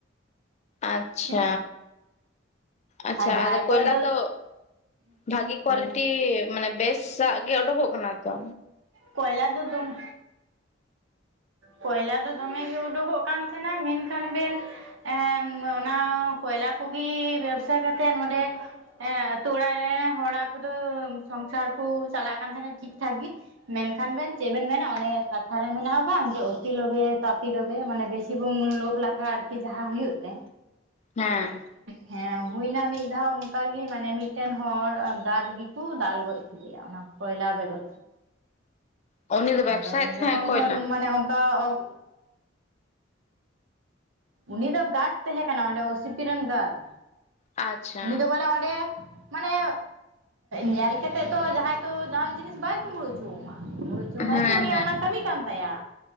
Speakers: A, on the left; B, on the right.
A: ᱟᱪᱪᱷᱟ
B: ᱛᱤᱱᱟᱹᱜ
A: ᱟᱪᱪᱷᱟ
B: ᱟᱨ ᱡᱟᱦᱟᱸᱭ
A: ᱟᱫᱚ ᱠᱚᱭᱞᱟ
B: ᱠᱚᱣᱟᱜ
A: ᱫᱚ ᱵᱷᱟᱜᱤ ᱠᱳᱣᱟᱞᱤᱴᱤ
B: ᱦᱮᱸ
A: ᱢᱟᱱᱮ ᱵᱮᱥᱼᱼ ᱥᱟᱜ ᱜᱮ ᱚᱰᱳᱠᱚᱜ ᱠᱟᱱᱟ ᱛᱚᱼᱼ
B: ᱠᱚᱭᱞᱟ ᱫᱚ ᱫᱚᱢᱮᱼᱼ ᱠᱚᱭᱞᱟ ᱫᱚ ᱫᱚᱢᱮ ᱜᱮ ᱩᱰᱩᱠᱚᱜ ᱠᱟᱱ ᱛᱟᱦᱮᱱᱟ ᱢᱮᱱ ᱠᱷᱟᱱ ᱵᱮᱱ ᱮ ᱚᱱᱟ ᱠᱚᱭᱞᱟ ᱠᱚᱜᱤ ᱵᱮᱵᱥᱟ ᱠᱟᱛᱮᱜ ᱱᱚᱸᱰᱮ ᱦᱮᱸ ᱟᱛᱳ ᱚᱲᱟᱜ ᱨᱮ ᱦᱚᱲᱟᱜ ᱠᱚᱫᱚ ᱥᱚᱝᱥᱟᱨ ᱠᱚ ᱪᱟᱞᱟᱜ ᱠᱟᱱ ᱛᱟᱦᱮᱸᱱᱟ ᱴᱷᱤᱠ ᱴᱷᱟᱠ ᱜᱮᱼᱼ ᱢᱮᱱ ᱠᱷᱟᱱ ᱵᱮᱱ ᱪᱮᱜ ᱵᱮᱱ ᱢᱮᱱᱟ ᱚᱱᱮ ᱠᱟᱛᱷᱟ ᱨᱮ ᱢᱮᱱᱟᱜᱼᱟ ᱵᱟᱝ ᱳᱛᱤ ᱞᱚᱵᱮ ᱛᱟᱛᱤ ᱰᱚᱵᱮ ᱢᱟᱱᱮ ᱵᱮᱥᱤ ᱵᱩᱝ ᱞᱳᱵᱷ ᱞᱟᱠᱷᱟ ᱟᱨᱠᱤ ᱡᱟᱦᱟᱸ ᱦᱩᱭᱩᱜ ᱛᱮᱼᱼ
A: ᱦᱮᱸ
B: ᱦᱮᱸ ᱦᱩᱭ ᱮᱱᱟ ᱢᱤᱫ ᱫᱷᱟᱣ ᱚᱱᱠᱟ ᱜᱤ ᱢᱟᱱᱮ ᱢᱤᱫ ᱴᱮᱱ ᱦᱚᱲ ᱜᱟᱰ ᱜᱮᱠᱚ ᱫᱟᱞ ᱜᱚᱡ ᱠᱚᱭᱞᱟᱟᱵᱮ ᱠᱚ
A: ᱩᱱᱤ ᱫᱚ ᱵᱮᱵᱥᱟᱭᱮᱫ
B: ᱟᱫᱚ
A: ᱛᱟᱦᱮᱸᱜ
B: ᱡᱚᱠᱷᱚᱱ
A: ᱠᱚᱭᱞᱟ
B: ᱠᱷᱚᱱ ᱢᱟᱱᱮ ᱚᱱᱠᱟ ᱚᱜᱼᱼ ᱩᱱᱤ ᱫᱚ ᱜᱟᱨᱰ ᱛᱟᱦᱮᱸ ᱠᱟᱱᱟ ᱚᱸᱰᱮ ᱚᱥᱤᱯᱤ ᱨᱮᱱ ᱜᱟᱨᱰ
A: ᱟᱪᱪᱷᱟ
B: ᱩᱱᱤ ᱫᱚ ᱵᱚᱞᱮ ᱚᱸᱰᱮᱼᱼ ᱢᱟᱱᱮ ᱧᱮᱞ ᱠᱟᱛᱮ ᱛᱚ ᱡᱟᱦᱟᱸᱭ ᱛᱚ ᱡᱟᱦᱟᱱ ᱡᱤᱱᱤᱥ ᱵᱟᱭ ᱠᱩᱵᱽᱲᱩ ᱩᱪᱩᱣᱟᱢᱟ ᱩᱲᱩ ᱦᱚᱪᱚ
A: ᱦᱮᱸ
B: ᱢᱟᱭ ᱪᱚ ᱩᱱᱤᱭᱟᱜ ᱚᱱᱟ ᱠᱟᱹᱢᱤ ᱠᱟᱱ ᱛᱟᱭᱟ᱾